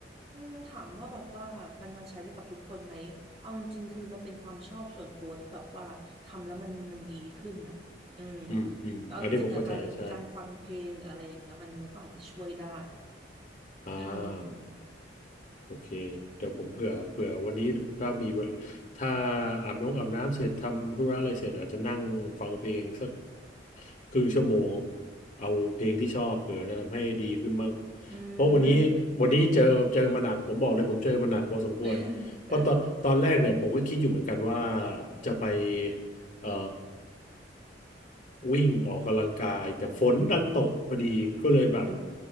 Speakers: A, on the right (about 35°); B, on the left (about 45°).
A: อืมถามว่าแบบว่ามันมันใช้ได้กับทุกคนไหมเอาจริงๆคือมันเป็นความชอบส่วนตัวที่แบบว่าทำแล้วมันมันดีขึ้นอ่ะอืม
B: อืมอืมอันนี้ผมเข้าใจใช่
A: แต่เอาจริงๆอ่ะการการฟังเพลงหรืออะไรอย่างเงี้ยมันมันก็อาจจะช่วยได้
B: อ่า
A: อืม
B: โอเคเดี๋ยวผมเผื่อเผื่อวันนี้ถ้ามีเวลถ้าอาบน้ำอาบน้ำเสร็จทำธุระอะไรเสร็จอาจจะนั่งฟังเพลงสัก ครึ่งชั่วโมงเอาเพลงที่ชอบเผื่อจะทำให้ดีขึ้นมั่ง
A: อื
B: เพราะวันนี้วันนี้เจอเจอมาหนักผมบอกเลยผมเจอมาหนักพอสมควรเพราะตอนตอนแรกเนี่ยผมก็คิดอยู่เหมือนกันว่า
A: ม <laughs>
B: จะไปเอ่อวิ่งออกกำลังกายแต่ฝนดันตกพอดีก็เลยแบบ
A: อื